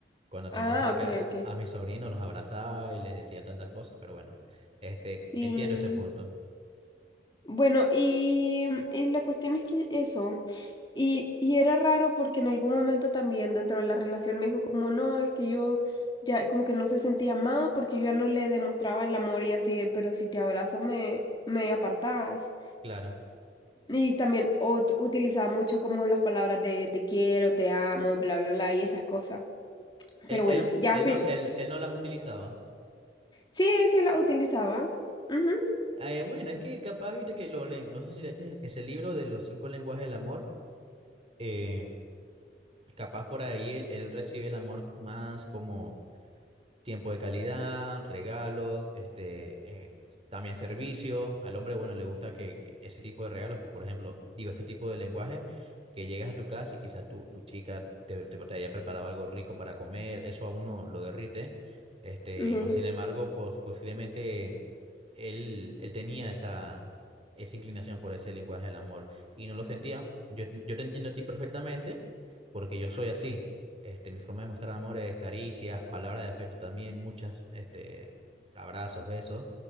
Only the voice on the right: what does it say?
Cuando tenía
cerca
a mi sobrino, los abrazaba y les decía tantas cosas, pero bueno, este,
entiendo ese punto,
claro.
Él,
él,
él
no, él, él no las utilizaba.
Eh, bueno, es que capaz, viste que lo leen, no sé si leíste ese libro de los cinco lenguajes del amor, eh, capaz por ahí él, él recibe el amor más como tiempo de calidad, regalos, este, eh, también servicio. Al hombre, bueno, le gusta que, que ese tipo de regalos, por ejemplo, digo, ese tipo de lenguaje, que llegas a tu casa y quizás tu, tu chica te, te, te haya preparado algo rico para comer, eso a uno lo derrite. Este,
más sin embargo, pues posiblemente él, él tenía esa, esa inclinación por ese lenguaje del amor y no lo sentía. Yo, yo te entiendo a ti perfectamente porque yo soy así. Este, mi forma de mostrar amor es caricias, palabras de afecto también, muchas, este, abrazos, besos,